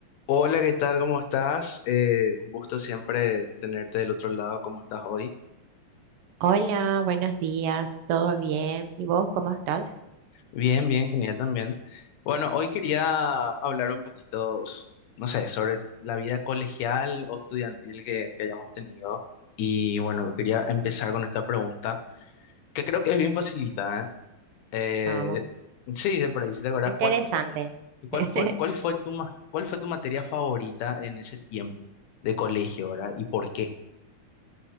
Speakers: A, on the left; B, on the right.
A: Hola, ¿qué tal? ¿Cómo estás? Eh, un gusto siempre tenerte del otro lado. ¿Cómo estás hoy?
B: Hola, buenos días, ¿todo bien? ¿Y vos cómo estás?
A: Bien, bien, genial también. Bueno, hoy quería hablar un poquito, s- no sé, sobre la vida colegial o estudiantil que, que hayamos tenido. Y bueno, quería empezar con esta pregunta, que creo que es bien facilita, ¿eh?
B: Ah, Vamos,
A: Eh, sí, de por ahí, si te acordás,
B: interesante.
A: ¿cuál, cu-
B: sí.
A: cuál fue,
B: <laughs>
A: cuál fue tu, ma- cuál fue tu materia favorita en ese tiempo de colegio, ¿verdad? ¿Y por qué?